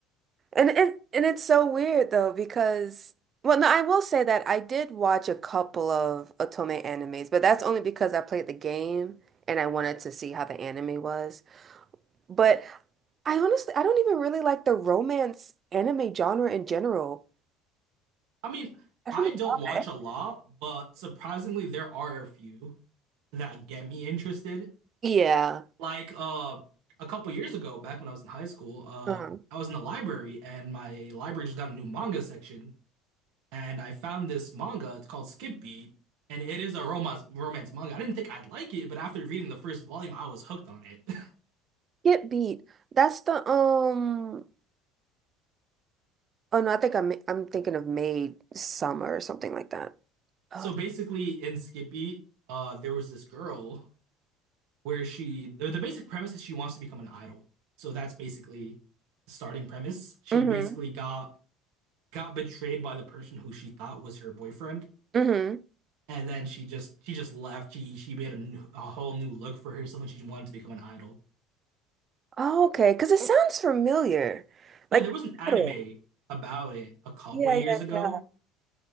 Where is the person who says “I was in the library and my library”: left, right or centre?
Right